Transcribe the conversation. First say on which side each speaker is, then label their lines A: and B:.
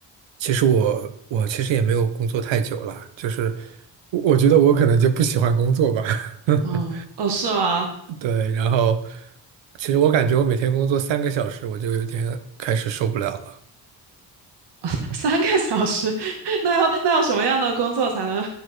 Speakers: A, on the right; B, on the right.
A: 其实我我其实也没有工作太久了，就是我我觉得我可能就不喜欢工作吧。<laughs>
B: 嗯，哦，是吗？
A: 对，然后其实我感觉我每天工作三个小时，我就有点开始受不了了。
B: <laughs> 三个小时，<laughs> 那要那要什么样的工作才能